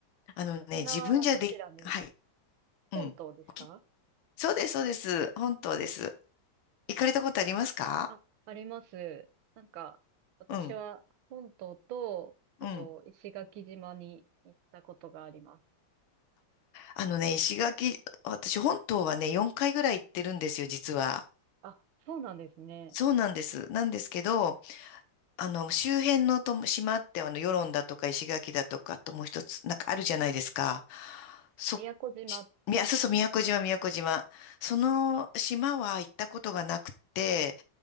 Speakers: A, on the left; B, on the right.
A: あのね、
B: 沖縄、
A: 自分じゃで、
B: どちらに
A: はい、うん。
B: 本島ですか
A: 沖そうです、そうです。本当です。行かれたことありますか
B: あ、あります。なんか、私は本島と、
A: うん。
B: あと石垣島に行ったことがあります。
A: うん。あのね、石垣、私本島はね、4回ぐらい行ってるんですよ、実は。
B: あ、そうなんですね。
A: そうなんです。なんですけど、あの、周辺のとも島って、あの、与論だとか石垣だとか、あともう一つ、なんかあるじゃないですか。そ、
B: 宮古島
A: みやそうそう、宮古島、宮古島。その島は行ったことがなくて、